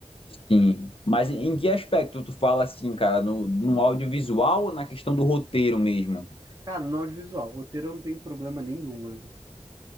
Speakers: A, on the left; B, on the right.
A: sim. Mas em em que aspecto tu fala assim, cara? No, no audiovisual ou na questão do roteiro mesmo?
B: Cara, no audiovisual, roteiro eu não tenho problema nenhum, mano.